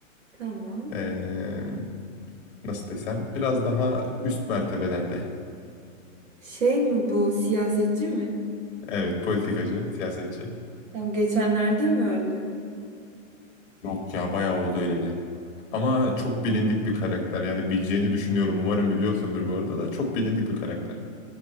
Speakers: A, on the right; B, on the left.
A: <laughs> Tamam.
B: Ee, nasıl desem biraz daha üst mertebelerde.
A: Şey mi bu siyasetçi mi?
B: Evet politikacı, siyasetçi.
A: Tam geçenlerde mi öldü?
B: Yok ya bayağı oldu öyleli. Ama çok bilindik bir karakter. Yani bileceğini düşünüyorum. Umarım biliyorsundur bu arada da çok bilindik bir karakter.